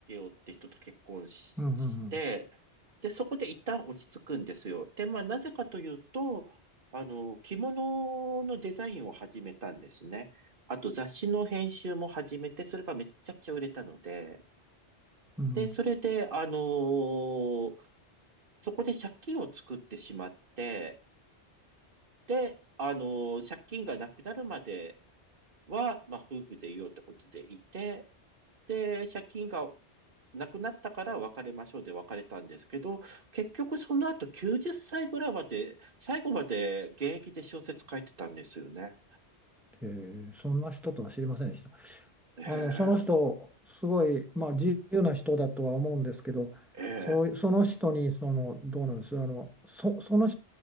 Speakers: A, on the right; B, in the centre.
A: 雄って人と結婚しして、
B: うん、うん、うん。
A: で、そこで一旦落ち着くんですよ。で、まあ、なぜかというと、あの、着物のデザインを始めたんですね。あと、雑誌の編集も始めて、それがめちゃくちゃ売れたので、
B: うん
A: で、それで、あのーそこで借金を作ってしまって、で、あの、借金がなくなるまでは、まあ、夫婦でいようってことでいて、で、借金がなくなったから別れましょうで別れたんですけど、結局その後90歳ぐらいまで、最後まで現役で小説書いてたんですよね。
B: へえ、そんな人とは知りませんでした。
A: ええ、
B: あの、その人、すごい、まあ、自由な人だとは思うんですけど、
A: ええ。
B: そう、その人に、その、どうなんです、あの、そ、その